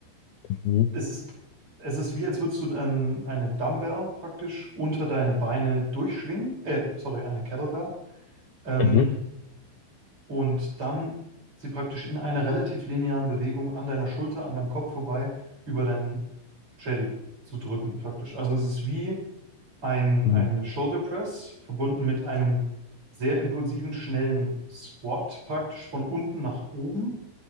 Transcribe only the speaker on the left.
Mhm,
mhm,
mhm,